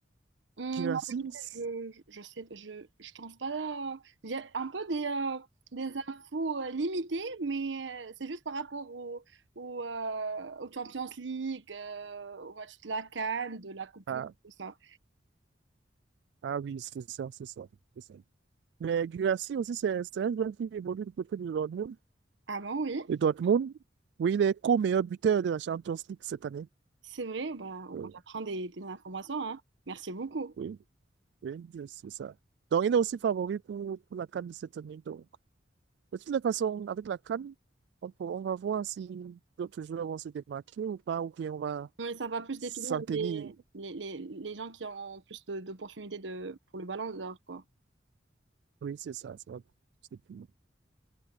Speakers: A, on the right (about 90°); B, on the right (about 65°).
A: Hum,
B: Girassi,
A: en vérité,
B: c'est-
A: je, je sais, je, je pense pas. euh, J'ai un peu des, euh, des infos euh, limitées, mais euh, c'est juste par rapport au, au, euh, aux Champions League, euh, au match de la CAN, de la Coupe du
B: ah,
A: Monde, tout ça.
B: ah oui, c'est ça, c'est ça, c'est ça. Mais Girassi aussi, c'est c'est un joueur qui évolue du côté de Dortmund.
A: Ah bon, oui,
B: Et Dortmund, oui, il est co-meilleur buteur de la Champions League cette année.
A: c'est vrai, bah, on
B: Euh,
A: on apprend des, des informations, hein. Merci beaucoup.
B: oui. Oui, c'est ça. Donc, il est aussi favori pour, pour la CAN de cette année. Donc, de toutes les façons, avec la CAN, on, peut- on va voir si d'autres joueurs vont se démarquer ou pas, ou bien on va
A: Oui, ça va plus
B: s'en
A: définir
B: tenir.
A: les, les, les, les gens qui ont plus de- d'opportunités de, pour le ballon d'or, quoi.
B: Oui, c'est ça. ça va- c'est tout.